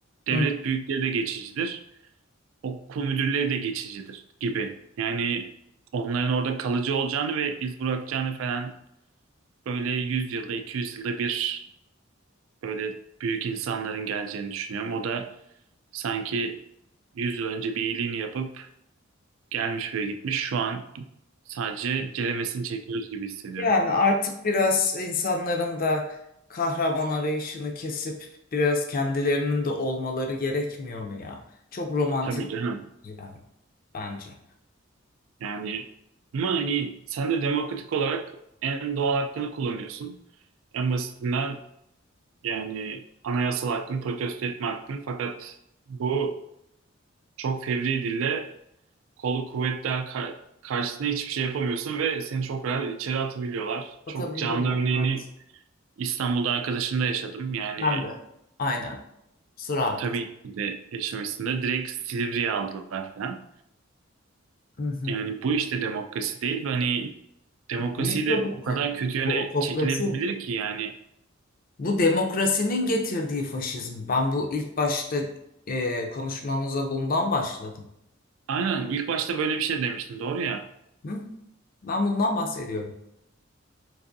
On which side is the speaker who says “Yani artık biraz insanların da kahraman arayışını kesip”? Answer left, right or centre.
Left